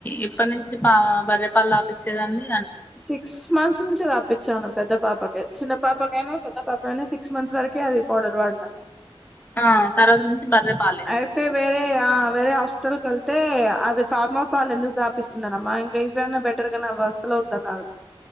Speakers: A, on the left (about 20°); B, in the centre.
A: ఇప్పటి నుంచి అ బర్రె పాలు తాగిపిస్తే చెల్లల్ని
B: సిక్స్ మంత్స్ నుంచి రాపిచ్చాను పెద్ద పాపక చిన్న పాపకైనా పెద్ద పాప అైనా సిక్స్ మంత్స్ వరక అది ఫౌడర్ వాడిన
A: ఆ తర్వాత నుంచి బర్రె పాలే
B: అయితే వేరే ఆ వేరే హాస్పిటల్ కీళ్తే అవి ఫార్మా పాలు ఎందుకు తాగిపిస్తున్నారమ్మా ఇంకా ఏవైనా బెటర్ అవొద్దు అన్నారు